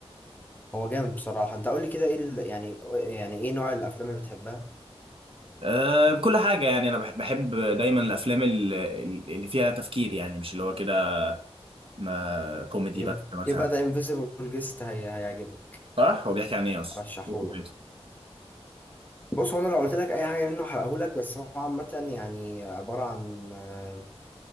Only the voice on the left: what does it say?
هو جامد بصراحه انت قول لي كده ايه ال- يعني يعني ايه نوع الافلام اللي بتحبها
يب-
يبقى ذا انفيزيبل جيست هي هيعجبك
ارشحهولك
بص هو انا لو قلت لك اي حاجه منه هحرقهولك بس هو عامه يعني عباره عن آه،